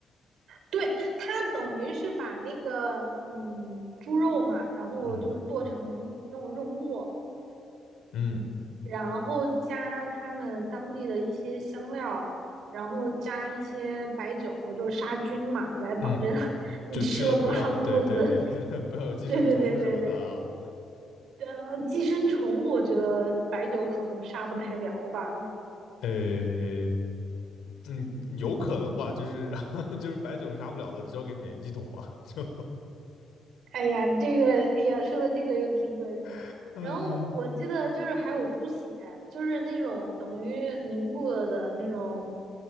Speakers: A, on the right; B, on the left.
A: 对，它等于是把那个嗯猪肉嘛，然后就是剁成那种肉末，
B: 嗯嗯
A: 然后加他们当地的一些香料。然后加一些白酒，就是杀菌嘛，来保证
B: 嗯，
A: <laughs> 你吃了不拉肚子。
B: 就吃了不要，对对对，<laughs> 不要有寄生虫什么的啊。
A: <laughs> 对对对对对，呃，寄生虫，我觉得白酒可能杀不太了吧。
B: 呃，嗯，有可能吧，就是 <laughs> 就是白酒杀不了的，就交给免疫系统吧，就
A: 哎呀，这个，哎呀，说的这个又挺恶心的。
B: <laughs>，嗯。
A: 然后我记得就是还有猪血，就是那种等于凝固了的那种